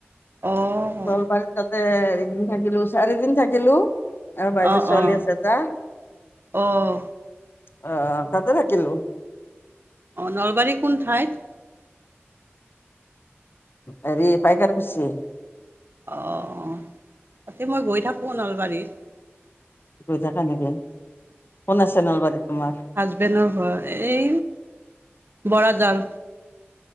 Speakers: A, on the right; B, on the left.
A: অঁ
B: নলবাৰী তাতে, এদিন থাকিলোঁ, চাৰিদিন থাকিলোঁ। আমাৰ বাইদেউৰ
A: অঁ
B: ছোৱালী
A: অঁ
B: আছে এটা,
A: অঁ
B: আ, তাতে থাকিলোঁ।
A: অ', নলবাৰীৰ কোন ঠাইত?
B: হেৰি পাইকাৰকুছি।
A: অ', তাতে, মই গৈ থাকোঁ নলবাৰীত।
B: গৈ থাকা নেকি? কোন আছে নলবাৰীত তোমাৰ?
A: ফ্ৰেণ্ডৰ ঘৰ এই বৰাজাল।